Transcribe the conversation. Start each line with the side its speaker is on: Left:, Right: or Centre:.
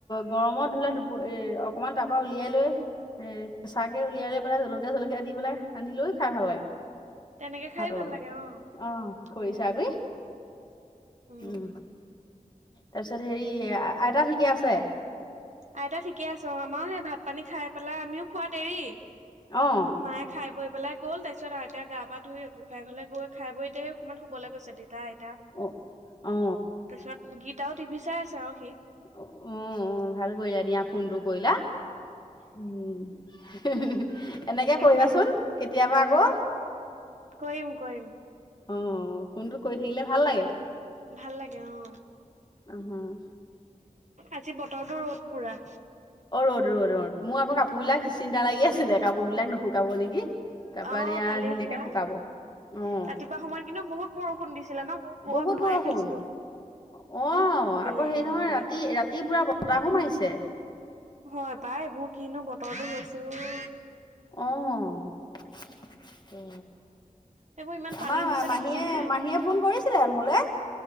Left: গৰমত ধৰিলা <unintelligible> অকণমান তাপ তাৰ পৰা উলিয়াই লৈ এ কেঁচাকে উলিয়াই লৈ পেলাই জলকীয়া-চলকীয়া দি পেলাই সানি লৈও খাই ভাল লাগে।
Right: তেনেকে খাই
Left: ভাতৰ
Right: ভাল
Left: লগত
Right: লাগে অঁ।
Left: অ খৰিচা
Right: উম!
Left: কৰি
Right: উম-উম!
Left: উম তাৰপিছত হেৰি আইতা ঠিকে আছে?
Right: আইতা ঠিকে আছেঁ অঁ। আমাৰো সেই ভাত-পানী খাই পেলাই আমিও খোৱা দেৰি।
Left: অঁ।
Right: মায়ে খাই বৈ পেলাই গ'ল। তাৰপিছত আৰু এতিয়া গা পা ধুই গোসাঁই ঘৰলৈ গৈ খাই বৈ এতিয়া এই অকণমান শুবলৈ গৈছে দেউতা, আইতা।
Left: অ! অঁ।
Right: তাৰপিছত গিতাও টিভি চাই আছে আও সি।
Left: উম-উম! ভাল কৰিলা দিয়া ফোনটো কৰিলা। উম! <unintelligible> এনেকে
Right: তাকেহে
Left: কৰিবা চোন কেতিয়াবা আকৌ।
Right: কৰিম-কৰিম।
Left: অঁ-অঁ! ফোনটো কৰি থাকিলে ভাল লাগে।
Right: ভাল লাগে অঁ।
Left: অহ অঁ।
Right: আজি বতৰটো ৰ'দ পুৰা।
Left: অ! ৰ'দ-ৰ'দ-ৰ'দ। মোৰ আকৌ কাপোৰ বিলাক চিন্তা লাগি আছিলে কাপোৰ বিলাক নুশুকাব নেকি। তাৰপৰা
Right: অঁ!
Left: দিয়া
Right: কালি
Left: ধুনীয়াকে
Right: সেয়া। ৰাতিপুৱা
Left: শুকাব অ
Right: সময়ত কিন্তু বহুত বৰষুণ দিছিলে ন? মই বৰ
Left: বহুত
Right: ভয়ে
Left: বৰষুণ।
Right: খাইছিলো
Left: অঁ! আকৌ
Right: আহিব
Left: হেৰি নহয়
Right: বুলি
Left: ৰাতি-ৰাতি পুৰা বতাহো মাৰিছে।
Right: হয় পাই এইবোৰ কিনো বতৰটো হৈছে অ।
Left: অঁ।
Right: সেইবোৰ ইমান
Left: আমাৰ
Right: পানী হৈছে
Left: মাহীয়ে-মাহীয়ে
Right: দেখিছানে?
Left: ফোন কৰিছিলে মোলে।